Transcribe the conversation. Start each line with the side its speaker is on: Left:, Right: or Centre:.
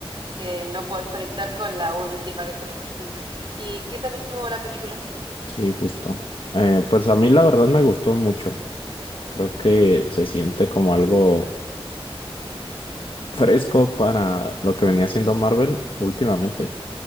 Right: que no podés conectar con la última que sale, por ejemplo. ¿Y qué tal estuvo la película?
Left: sí, justo. Eh, pues a mí la verdad me gustó mucho, creo que se siente como algo fresco para lo que venía haciendo Marvel últimamente,